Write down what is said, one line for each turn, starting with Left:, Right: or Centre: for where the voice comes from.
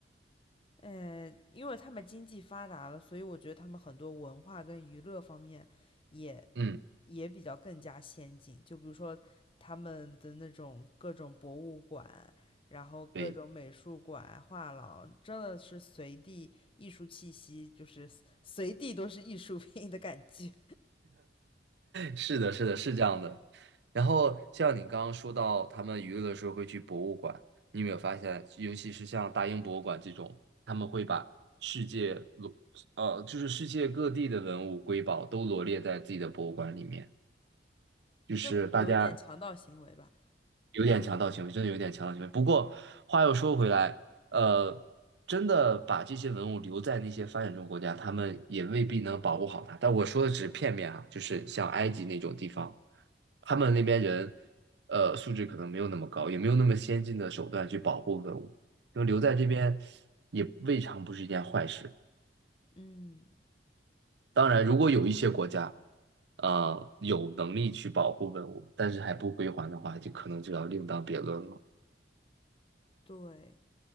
Left: 呃，因为他们经济发达了，所以我觉得他们很多文化跟娱乐方面也
Right: 嗯，
Left: 也比较更加先进。就比如说他们的那种各种博物馆，然后各种美术馆、
Right: 对。
Left: 画廊，真的是随地艺术气息，就是随地都是艺术品的感觉。
Right: 是的，是的，是这样的。然后像你刚刚说到，他们娱乐的时候会去博物馆，你有没有发现，尤其是像大英博物馆这种，他们会把世界罗，呃，就是世界各地的文物瑰宝都罗列在自己的博物馆里面，
Left: <laughs>
Right: 就是大家
Left: 这有一点强盗行为吧？
Right: 有点强盗行为，真的有点强盗行为。不过话又说回来，呃，真的把这些文物留在那些发展中国家，他们也未必能保护好它。但我说的只是片面啊，就是像埃及那种地方，他们那边人，呃，素质可能没有那么高，也没有那么先进的手段去保护文物，就留在这边也未尝不是一件坏事。
Left: 嗯，
Right: 当然，如果有一些国家，呃，有能力去保护文物，但是还不归还的话，就可能就要另当别论了。
Left: 对。